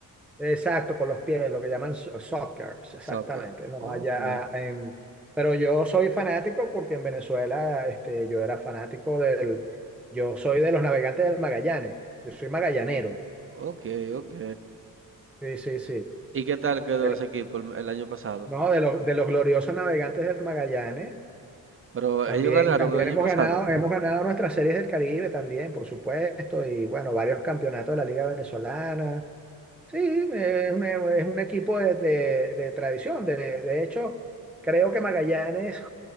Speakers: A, in the centre; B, on the right.
A: exacto, con los pies, lo que llaman so- soccer, exactamente.
B: Soccer.
A: No,
B: Ok.
A: allá ah, en, pero yo soy fanático porque en Venezuela, este, yo era fanático del, yo soy de los navegantes del Magallanes, yo soy magallanero.
B: Ok, ok.
A: Sí, sí, sí.
B: ¿Y qué tal quedó
A: De lo-
B: ese equipo el, el año pasado?
A: no, de los, de los gloriosos navegantes del Magallanes.
B: Pero
A: También,
B: ellos ganaron
A: también
B: el año
A: hemos
B: pasado.
A: ganado, hemos ganado nuestras series del Caribe también, por supuesto, y bueno, varios campeonatos de la Liga Venezolana. Sí, eh, es un, es un equipo de, de- de tradición. De, de hecho, creo que Magallanes,